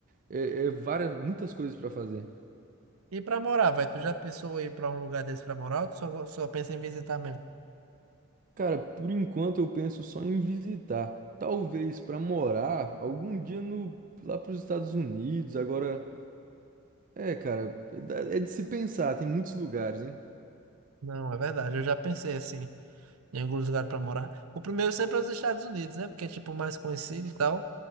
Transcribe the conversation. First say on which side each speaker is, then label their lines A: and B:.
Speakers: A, on the right (about 40°); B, on the right (about 80°).
A: É, é várias, muitas coisas para fazer.
B: E pra morar, velho, tu já pensou em ir pra um lugar desse pra morar ou tu só, go- só pensa em visitar mesmo?
A: Cara, por enquanto eu penso só em visitar. Talvez para morar algum dia no, lá para os Estados Unidos. Agora, é, cara, dá- é de se pensar. Tem muitos lugares, hein?
B: Não, é verdade, eu já pensei assim, em algum lugar pra morar. O primeiro sempre é os Estados Unidos, né? Porque é tipo mais conhecido e tal.